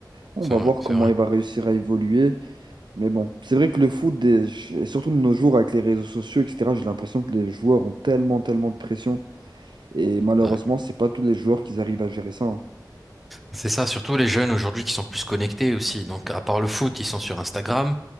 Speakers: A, on the right; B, in the centre.
A: on
B: C'est
A: va
B: vrai,
A: voir
B: c'est
A: comment
B: vrai.
A: il va réussir à évoluer. Mais bon, c'est vrai que le foot, des- et surtout de nos jours avec les réseaux sociaux, etc., j'ai l'impression que les joueurs ont tellement, tellement de pression. Et malheureusement,
B: Ouais.
A: c'est pas tous les joueurs qui arrivent à gérer ça. hein.
B: C'est ça, surtout les jeunes aujourd'hui qui sont plus connectés aussi. Donc, à part le foot, ils sont sur Instagram